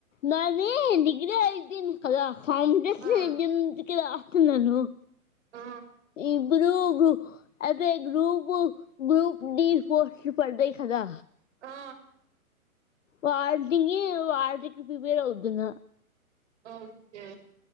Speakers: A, on the left; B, on the right.
A: నానీ డిగ్రీ అయిపోయింది కలా కాంపిటీషన్
B: ఆ
A: ఎగ్జామ్స్ కి రాస్తున్నాను
B: ఆ
A: ఇప్పుడు గ్రూ అంటే గ్రూపు గ్రూప్ డి పోస్ట్లు పడ్డాయి కదా
B: ఆ ఆ
A: వాటికి, వాటికి ప్రిపేర్ అవుతున్న
B: ఓకే